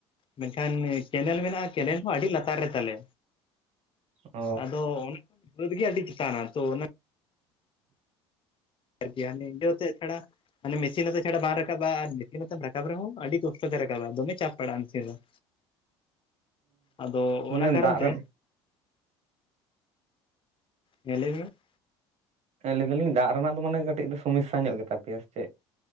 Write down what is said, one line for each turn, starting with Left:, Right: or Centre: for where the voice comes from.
Left: ᱢᱮᱱᱠᱷᱟᱱ ᱠᱮᱱᱮᱞ ᱢᱮᱱᱟᱜ-ᱟ᱾ ᱠᱮᱱᱮᱞ ᱦᱚᱸ ᱟᱹᱰᱤ ᱞᱟᱛᱟᱨ ᱨᱮ ᱛᱟᱞᱮ,
Right: ᱚ
Left: ᱟᱫᱚ ᱚᱱᱟ ᱵᱟᱹᱫᱽ ᱜᱮ ᱟᱹᱰᱤ ᱪᱮᱛᱟᱱᱟ ᱛᱚ ᱚᱱᱟ <unintelligible> ᱜᱮᱭᱟ ᱱᱤᱨᱡᱟᱹᱣ ᱛᱮᱫ ᱪᱷᱟᱲᱟ᱾ ᱢᱟᱱᱮ ᱢᱮᱥᱤᱱ ᱟᱛᱮ ᱪᱷᱟᱲᱟ ᱵᱟᱝ ᱨᱟᱠᱟᱵ-ᱟ ᱟᱨ ᱢᱮᱥᱤᱱ ᱟᱛᱮᱢ ᱨᱟᱠᱟᱵ ᱨᱮᱦᱚᱸ ᱟᱹᱰᱤ ᱠᱚᱥᱴ ᱛᱮ ᱨᱟᱠᱟᱵ-ᱟ, ᱫᱚᱢᱮ ᱪᱟᱯ ᱯᱟᱲᱟᱜ-ᱟ ᱢᱮᱥᱤᱱ ᱨᱮᱦᱚᱸ᱾ ᱟᱫᱚ
Right: ᱢᱟᱱᱮ
Left: ᱚᱱᱟ ᱠᱟᱨᱚᱱ
Right: ᱫᱟᱜ
Left: ᱛᱮ᱾
Right: ᱨᱮᱱ
Left: ᱦᱮᱸ ᱞᱮᱭ ᱵᱤᱱ ᱾
Right: ᱦᱮᱸ ᱞᱟᱹᱭ ᱫᱟᱹᱞᱤᱧ ᱫᱟᱜ ᱨᱮᱱᱟᱜ ᱫᱚ ᱢᱟᱱᱮ ᱠᱟᱹᱴᱤᱡ ᱫᱚ ᱥᱚᱢᱚᱥᱥᱟ ᱧᱚᱜ ᱜᱮᱛᱟ ᱯᱮᱭᱟ ᱥᱮ ᱪᱮᱫ?